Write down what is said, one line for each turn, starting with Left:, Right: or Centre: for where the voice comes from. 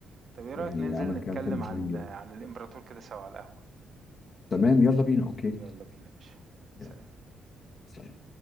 Right: طب ايه
Left: يعني
Right: رأيك ننزل
Left: عمل
Right: نتكلم
Left: كام فيلم حلوين
Right: عن
Left: جدا
Right: عن الإمبراطور كده سوا على القهوة
Left: تمام يلا بينا اوكي
Right: يلا بينا يا باشا سلام
Left: يلا. سلام.